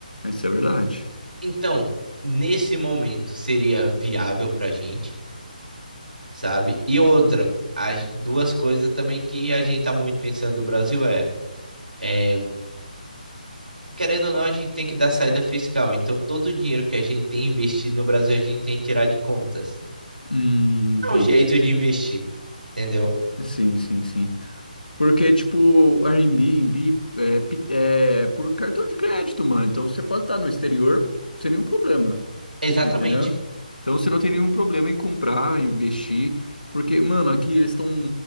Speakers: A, on the left (about 80°); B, on the right (about 70°).
A: Isso é verdade.
B: Então, nesse momento seria viável pra gente, sabe? E outra,
A: Hum,
B: as duas coisas também que a gente tá muito pensando do Brasil é, é, querendo ou não, a gente tem que dar saída fiscal. Então, todo o dinheiro que a gente tem investido no Brasil, a gente tem que tirar de contas.
A: hum, entendi.
B: É um jeito de investir, entendeu?
A: Sim, sim, sim. Porque, tipo, o Airbnb é, pi- é por cartão de crédito, mano. Então você pode estar no exterior sem nenhum problema,
B: Exatamente.
A: entendeu? Então você não tem nenhum problema em comprar, investir. Porque, mano, aqui eles estão